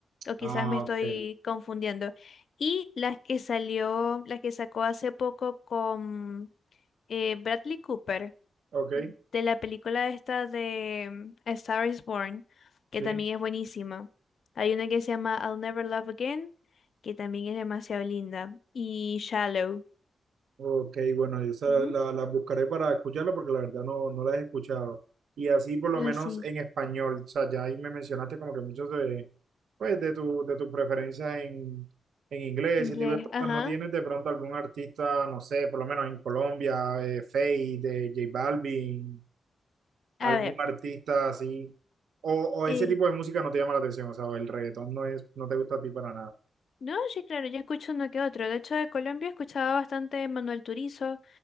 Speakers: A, on the left; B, on the right.
A: o quizás
B: ah,
A: me estoy
B: ok,
A: confundiendo. Y las que salió, las que sacó hace poco con eh, Bradley Cooper
B: ok,
A: de la película esta de mm, A Star is Born, que
B: sí.
A: también es buenísima. Hay una que se llama I'll Never Love Again, que también es demasiado linda. Y Shallow.
B: Ok, bueno, yo esa
A: Ujú.
B: la, la- las buscaré para escucharla porque la verdad no, no las he escuchado. Y así por lo
A: No,
B: menos
A: sí,
B: en español, o sea, ya ahí me mencionaste como que muchos de, pues, de tu, de tus preferencias en, en inglés,
A: inglés.
B: ese tipo de cosas.
A: Ajá.
B: ¿No tienes de pronto algún artista, no sé, por lo menos en Colombia, eh, Feid, de J Balvin, algún
A: A ver.
B: artista así? O, o
A: eh,
B: ese tipo de música no te llama la atención, o sea, el reggaetón no es, no te gusta a ti para nada.
A: no, sí, claro, yo escucho uno que otro. De hecho, de Colombia escuchaba bastante Manuel Turizo.